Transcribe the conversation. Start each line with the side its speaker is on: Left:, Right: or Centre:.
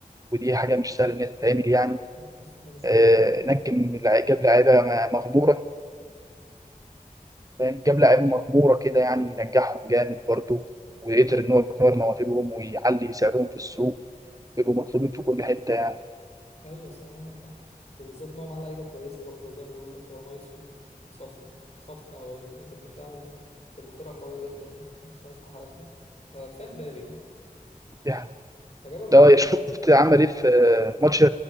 Right: ودي حاجه مش سهله ان هي تتعمل يعني
Left: مش مش- ده مستحيل
Right: آه، نجم لع- جاب لعيبه م- مغموره فاهم؟ جاب لعيبه مغموره كده يعني ينجحهم جامد برضه وقدر ان هو يطور مواهبهم ويعلي سعرهم في السوق ويبقوا مطلوبين في كل حته يعني
Left: ايوه صح عندك حق وبالذات ان هو معاه لعيبه كويسه برضه وزي ما بقول لك هو نايس وصف صفقه او اتنين في الدفاع وهتبقوا فرقه قويه جدا يعني مش ناقصكوا حاجه يعني آه، كفايه مبابي ده
Right: دي
Left: ده جاب 40
Right: ده يا
Left: جول
Right: شفت عمل ايه في ماتش